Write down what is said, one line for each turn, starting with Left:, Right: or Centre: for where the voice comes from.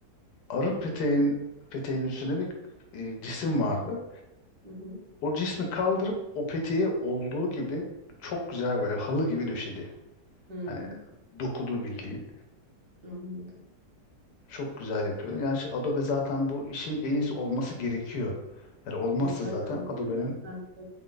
Left: Arı peteğin, peteğin üstüne bir e, cisim vardı.
Right: Hı hı.
Left: O cismi kaldırıp o peteği olduğu gibi çok güzel böyle halı gibi döşedi.
Right: Hı.
Left: Hani dokudu bildiğin.
Right: Anladım.
Left: Çok güzel yapıyor. Yani şey, Adobe zaten bu işin en iyisi olması gerekiyor. Yani olmazsa
Right: E zaten
Left: zaten Adobe'nin
Right: değil mi? Zaten-